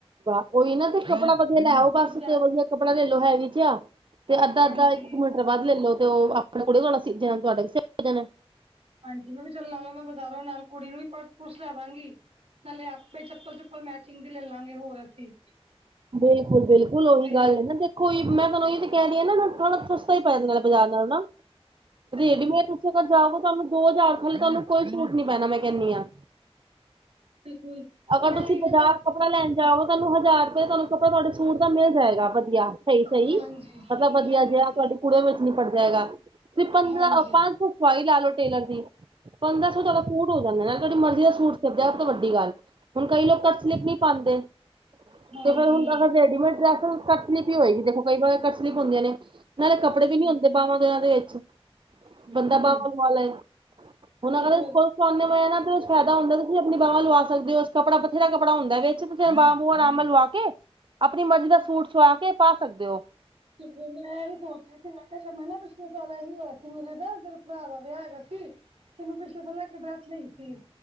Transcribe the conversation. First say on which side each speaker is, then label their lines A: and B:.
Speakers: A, on the right; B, on the right.
A: ਵਹਾ, ਉਹੀ ਨਾ ਤੇ ਕੱਪੜਾ ਵਧੀਆ ਲੈਓ ਬਸ
B: ਬਜ਼ਾਰੋਂ
A: ਤੇ ਵਧੀਆ ਕੱਪੜਾ ਲੈਲੋ ਹੈਵੀ ਜਿਆ। ਤੇ ਅੱਧਾ-ਅੱਧਾ
B: ਹਾਂਜੀ
A: ਇੱਕ ਕਿ ਮੀਟਰ ਵੱਧ ਲੈਲੋ ਤੇ ਉਹ ਆਪਣੇ ਕੁੜੀ ਦਾ ਸਿਪ ਜਾਣਾ ਤੇ ਤੁਹਾਡਾ ਵੀ ਸਿਪ ਜਾਣੇ।
B: ਹਾਂਜੀ, ਮੈਂ ਵੀ ਚੱਲ ਲੈਵਾ ਮੈਂ ਬਾਜ਼ਾਰੋਂ ਨਾਲ ਕੁੜੀ ਨੂੰ ਵੀ ਪਰਸ-ਪੁਰਸ ਲੈ ਦਾਗੀ। ਨਾਲੇ ਆਪੇ ਚੱਪਲ-ਚੁੱਪਲ ਮੈਚਿੰਗ ਦੀ ਲੈ ਲਾਂਗੇ ਹੋਰ ਅਸੀਂ।
A: ਬਿਲਕੁਲ-ਬਿਲਕੁਲ, ਉਹੀ
B: ਤੇ
A: ਗੱਲ ਐ ਨਾ ਦੇਖੋ ਜੀ ਮੈਂ ਤੁਹਾਨੂੰ ਇਹ ਤੇ ਕਹਿ ਰਹੀ ਹਾ ਥੋੜਾ ਸਸਤਾ ਸਸਤਾ ਹੀ ਪੈ ਜਾਂਦੇ ਬਾਜ਼ਾਰ ਨਾਲ ਨਾ,
B: ਬਿਲਕੁਲ
A: ਰੇਡੀਮੇਡ ਉਸ ਜੇ ਤੁਹਾਨੂੰ ਦੋ ਹਜ਼ਾਰ ਥੱਲੇ ਤੁਹਾਨੂੰ ਕੋਈ ਸੂਟ ਨੀ ਪੈਣਾ ਮੈਂ ਕਹਿੰਨੀ ਆ।
B: ਬਿਲਕੁਲ ਹੁਣ
A: ਅਗਰ
B: ਆਹੀ
A: ਤੁਸੀਂ
B: ਨਾ
A: ਬਜਾਰ
B: ਮੈਂ
A: ਕੱਪੜਾ ਲੈਣ ਜਾਓ ਤੁਹਾਨੂੰ ਹਜ਼ਾਰ ਫੇਰ‌ ਤੁਹਾਨੂੰ ਕੱਪੜਾ ਤੁਹਾਡੇ ਸੂਟ ਦਾ ਮਿਲ ਜਾਏਗਾ ਵਧੀਆ ਸਈ ਸਈ।
B: ਹਾਂਜੀ ਹਾਂਜੀ
A: ਮਤਲਬ ਵਧੀਆ
B: ਹਾਂਜੀ
A: ਜਿਹਾ ਤੁਹਾਡੀ ਕੁੜੇ ਵਿੱਚ ਨੀਪੜ ਜਾਏਗਾ। ਤੁਸੀਂ ਪੰਦਰਾਂ
B: ਹਾਂਜੀ
A: ਪੰਜ ਸੌ ਸਵਾਈ ਲਾ ਲਓ ਟੇਲਰ ਦੀ ਪੰਦਰਾਂ ਸੌ ਤੁਹਡਾ ਸੂਟ ਜਾਂ ਨਾਲੇ ਤੁਹਾਡੀ ਮਰਜ਼ੀ ਦਾ ਸੂਟ ਸਬ ਜਿਆ ਸਭ ਤੋਂ ਵੱਡੀ ਗੱਲ, ਹੁਣ ਕਈ ਲੋਕ ਕਟ ਸਲਿਪ ਨੀ ਪਾਂਦੇ।
B: ਹਾਂਜੀ
A: ਤੇ ਫੇਰ ਹੁਣ ਰੈਡੀਮੇਡ ਡਰੈਸ ਕਟ ਸਲਿੱਪ ਈ ਹੋਏਗੀ ਦੇਖੋ ਕਈ ਵਾਰੀ ਕਟ ਸਲਿੱਪ ਹੁੰਦੀਆਂ ਨੇ। ਨਾਲੇ ਕੱਪੜੇ
B: ਹਾਂਜੀ
A: ਵੀ ਨੀ ਹੁੰਦੇ ਬਾਹਵਾਂ ਦੇਨਾਂ ਦੇ ਵਿੱਚ। ਬੰਦਾ
B: ਬਿਲਕੁਲ
A: ਬਾਵਾਂ ਸੁਆਲੇ ਹੁਣ
B: ਬਿਲਕੁਲ
A: ਅਗਰ ਕੋ ਸੁਆਂਦੇ ਹੋਏ ਨਾ ਫਾਇਦਾ ਹੁੰਦਾ ਤੁਸੀ ਆਪਣੀ ਬਾਹਵਾਂ ਲਵਾ ਸਕਦੇ ਓ ਉਸ ਕੱਪੜਾ ਬਥੇਰਾ ਕੱਪੜਾ ਹੁੰਦਾ ਵਿੱਚ ਤੁਸੀ ਬਾਹਾਂ ਬੁਆ ਆਰਾਮ ਨਾਅ ਲਵਾ ਕੇ ਅਪਣੀ ਮਰਜੀ ਦਾ ਸੂਟ ਸੁਵਾ ਕੇ ਪਾ ਸਕਦੇ ਓ।
B: ਤੇ ਫਿਰ ਮੈਂ ਐਹੀ ਸੋਚਦੀ ਸੀ ਮੈਂ ਕਿਹਾ ਚਲ ਮੈਂ ਨਾ ਪਿਛਲੇ ਸਾਲ ਐਹੀ ਹੋਇਆ ਸੀ ਮੇਰੇ ਦਾ ਭਰਾ ਦਾ ਵਿਆਹ ਹੈਗਾ ਸੀ ਤੇ ਮੈਨੂੰ ਪਿਛਲੇ ਸਾਲ ਨਾ ਇੱਕ ਡਰੈਸ ਲਈ ਸੀ